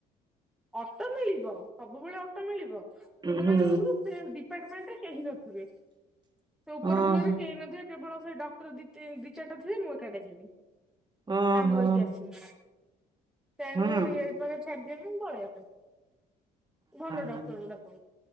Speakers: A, in the centre; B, on the right.
A: ଅଟୋ ମିଳିବ ସବୁବେଳେ ଅଟୋ ମିଳିବ
B: ହୁଁ
A: ହନ୍ଦୁ
B: ହୁଁ
A: ମାନଙ୍କରୁ ସେ ଡିପାର୍ଟମେଣ୍ଟ ରେ କେହି ନଥିବେ ସେ ଉପର
B: ଓ
A: ଫ୍ଲୋର
B: ହୁଁ
A: ରେ କେହି ନଥିବେ। କେବଳ ସେଇ ଡକ୍ର ଦି ଦି ଚାରିଟା ଥିବେ ମୁଁ ଏକାଟେ ଯିବି
B: ଓହୋ ଓହୋ
A: ସାଙ୍ଗ ହେଇକି ଆସିବି। ତଣିକି
B: ହଁ
A: ମତେ ଏ ପାଖରେ ଛାଡିଦିବେ ପଳେଇଆ ପାଇଁ। ଭଲ ଡକ୍ଟର
B: ହଁ
A: ଗୋଡା ପ